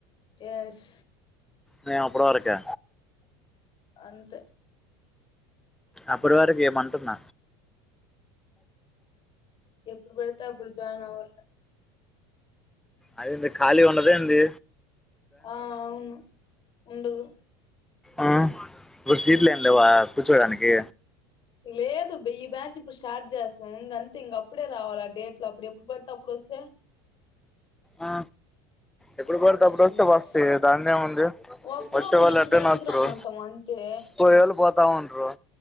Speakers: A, on the left; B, in the centre.
A: ఎస్
B: మేము ఆప్పుడు వరకే
A: అంతే
B: అప్పుడు వరకి ఎం అంటున్న
A: ఎప్పుడు పడితే అప్పుడు జాయిన్ అవర్ లే
B: అదేంది ఖాళీగ ఉండదు ఏందీ
A: ఆ అవును ఉండుదు
B: ఆ ఇప్పుడు సీట్లు ఏం లేవా కూర్చోడానికి
A: లేదు బి బ్యా ఈ బ్యాచ్ ఇప్పుడు స్టార్ట్ చేస్తాం ఇంగంతే ఇంగ అప్పుడే రావాలి ఆ డేట్ లో అప్పుడు ఎప్పుడు పడితే అప్పుడు వొస్తే
B: ఆ ఎప్పుడు
A: ఆ
B: పడితే
A: రాసింది
B: అప్పుడు వొస్తే
A: రాసి
B: వొస్థి దానిది ఏముంది
A: వస్తారు
B: వొచ్చేవాళ్ళు
A: అప్పుడు నెక్స్ట్
B: ఎట్లైనా
A: బ్యాచ్
B: వొస్తరు
A: కి రమ్మంటాం అంతే
B: పోయేవాళ్లు పొత్ తావుండ్రు